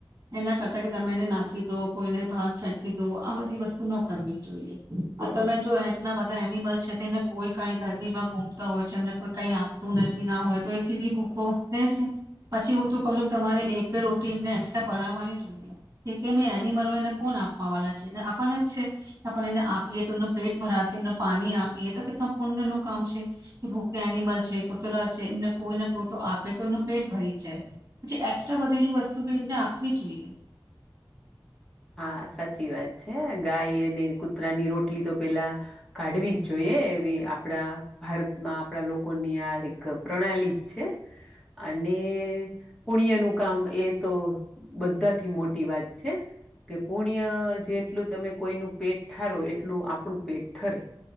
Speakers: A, on the right; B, in the centre.
A: એના કરતા કે તમે એને ના કઈ દો, કોઈને ભાર ફેંકી દો, આ બધી વસ્તુ ન કરવી જોઈએ. આ તમે જો એકના બધા એનિમલ છે કોઈ કાઈ ગરમીમાં ઘુમતા હોય છે, એમને કોઈ કઈ આપતું નથી, ના હોય તો એ કેવી ભૂખો રહેેશે. પછી હું તો કહું છું તમારે એક બે રોટી એમને એસ્ટ્રા બનાવવાની જોઈએ. કે કેમ એનિમલ હોય એને કોણ આપવા વાલા છે. ને આપણ ના છે, આપણે એને આપીએ તો એમનું પેટ ભરાશે, એમને પાણી આપીએ તો કેત પૂર્ણનું કામ છે. ભૂખ્યા એનિમલ છે, કૂતરા છે એમને કોઈને કોઈ તો આપે તો એમનું પેટ ભરી જાય. પછી એકસ્ટ્રા વધેલું વસ્તુ બી એમને આપવી જોઈએ.
B: હા સાચી વાત છે. ગાય અને કૂતરાની રોટલી તો પેલા કાઢવી જ જોઈએ, એવી આપડા ભારતમાં આપણા લોકોની આ એક પ્રણાલી જ છે. અને પુણ્યનું કામ એ તો બધાથી મોટી વાત છે. કે પુણ્ય જેટલું તમે કોઈનું પેટ ઠારો એટલું આપણું પેટ ઠરે,